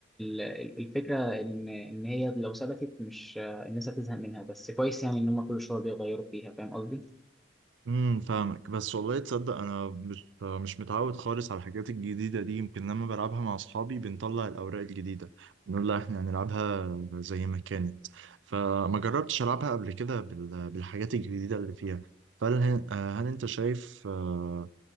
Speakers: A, in the centre; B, on the right.
A: ال- الفكره ان ان هي لو ثبتت مش الناس هتزهق منها بس كويس يعني ان هم كل شويه بيغيروا فيها فاهم قصدي
B: امم فاهمك بس والله تصدق انا مش مش متعود خالص على الحاجات الجديده دي يمكن لما بلعبها مع اصحابي بنطلع الاوراق الجديده نقول لها احنا هنلعبها زي ما كانت فما جربتش العبها قبل كده بال- بالحاجات الجديده اللي فيها فهل آه، هل انت شايف آه،